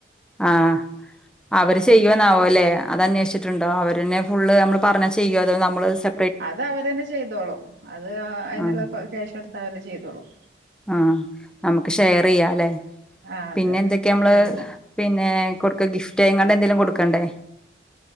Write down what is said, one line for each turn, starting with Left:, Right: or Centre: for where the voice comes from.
Centre: ആഹ് അവര് ചെയ്യോന്നാവോ അല്ലെ അത് അന്വേഷിച്ചിട്ടുണ്ടോ അവര ഫുള്ള് നമ്മള് പറഞ്ഞാ ചെയ്യോ അതോ നമ്മള് സെ
Right: അത് അവരന്നെ ചെയ്തോളും അത് അതിനുള്ള
Centre: ആഹ്
Right: ക്യാഷ് കൊടുത്ത അവരെ ചെയ്തോളും
Centre: ആഹ് നമ്മക്ക് ഷെയർ ചെയ്യാംല്ലെ
Right: ആ അതെ
Centre: പിന്നെ
Right: അതെ
Centre: എന്തൊക്കെയാ നമ്മള്
Right: ഷെയർ ചെയ്യാം
Centre: പിന്നെ കൊടുക്ക ഗിഫ്റ്റ്യ്ങ്ങള എന്തെങ്കിലും കൊടുക്കണ്ടേ